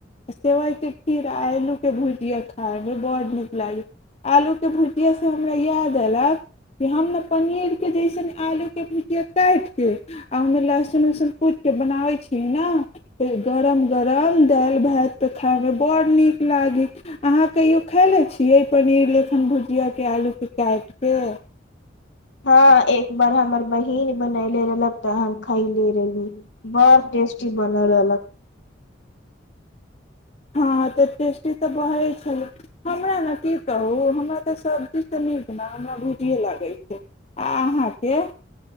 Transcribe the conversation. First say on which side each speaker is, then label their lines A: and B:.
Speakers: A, on the left; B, on the left.
A: आ सेवइके खीर आ आलू के भुजिया खाायमे बड़ नीक लागै आलूके भुजिआ से हमरा याद अयलक कि हम ने पनीरके जैसन आलूके भुजिया काटिके आओ ओहिमे लहसुन उहसुन पुटिके बनाबै छी ने गरम गरम दालि भातपर खाइमे बड़ नीक लागी अहाँ कहियो खायले छियै पनीर लखन भुजियाके आलूके काटि कऽ
B: हँ एक बार हमर बहिन बनले रहलक तऽ हम खैले रहली बड़ टेस्टी बनल रहलक
A: हँ तऽ टेस्टी तऽ बढ़ै छलै हमरा ने की कहू हमरा तऽ सबजीसँ नीक ने हमरा भुजिए लागै छै आ अहाँके